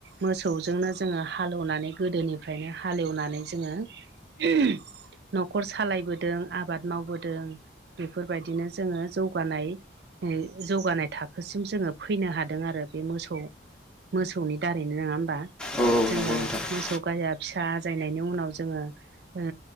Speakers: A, on the right; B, in the centre.
A: मोसौजोंनो जोङो हालेवनानै गोदोनिफ्रायनो हालेवनानै जोङो। <unintelligible> न'खर सालायबोदों आबाद मावबोदों। बेफोरबायदिनो जोङो जौगानाय जौगानाय थाखोसिम जोङो फैनो हादों आरो। बे मोसौ मोसौनि दारैनो नङा होनोमबा?
B: औ नंगौ
A: जोङो मोसौ
B: नोंथां
A: गायया फिसा आजायनायनि उनाव जोङो। ओ